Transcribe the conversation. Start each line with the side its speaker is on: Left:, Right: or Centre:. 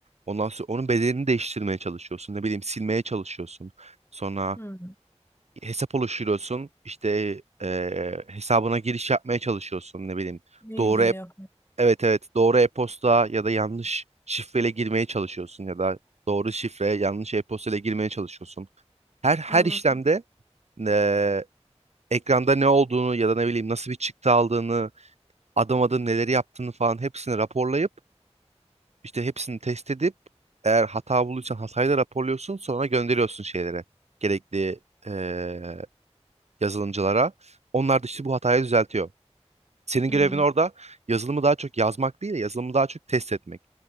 Right: Ondan sonra onun bedelini değiştirmeye çalışıyorsun. Ne bileyim silmeye çalışıyorsun. Sonra
Left: hı.
Right: hesap oluşturuyorsun. İşte eee, hesabına giriş yapmaya çalışıyorsun. Ne bileyim
Left: Mail
Right: doğru
Left: geliyor.
Right: Evet evet doğru e-posta ya da yanlış şifreyle girmeye çalışıyorsun ya da doğru şifre yanlış e-posta ile girmeye çalışıyorsun. Her her
Left: Anladım.
Right: işlemde eee, ekranda ne olduğunu ya da ne bileyim nasıl bir çıktı aldığını adım adım neleri yaptığını falan hepsini raporlayıp işte hepsini test edip eğer hata bulduysan hatayı da raporluyorsun sonra gönderiyorsun şeylere gerekli eee, yazılımcılara. Onlar da işte bu hatayı düzeltiyor. Senin
Left: Hmm,
Right: görevin orada yazılımı daha çok yazmak değil de yazılımı daha çok test etmek.